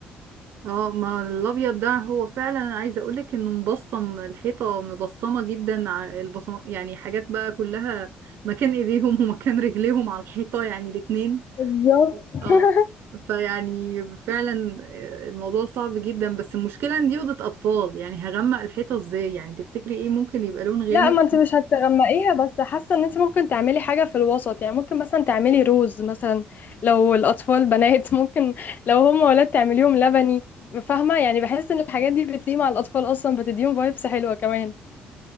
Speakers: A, on the right; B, on the left.
A: اه ما الابيض ده هو فعلا انا عايزه اقولك انه مبصم الحيطه مبصمه جدا ع- البصمه يعني حاجات بقى كلها مكان ايديهم <laughs> ومكان رجليهم على الحيطه يعني الاتنين
B: بالظبط <laughs>
A: اه فيعني فعلا آه، الموضوع صعب جدا بس المشكله ان دي اوضه اطفال يعني هغمق الحيطه ازاي يعني تفتكري ايه ممكن يبقى لون
B: لا
A: غامق
B: ما انت مش هتغمقيها بس حاسه ان انت ممكن تعملي حاجه في الوسط يعني ممكن مثلا تعملي روز مثلا لو الاطفال بنات <laughs> ممكن لو هم ولاد تعمليهم لبني فاهمه يعني بحس ان الحاجات دي بتليق مع الاطفال اصلا بتديهم فايبس حلوه كمان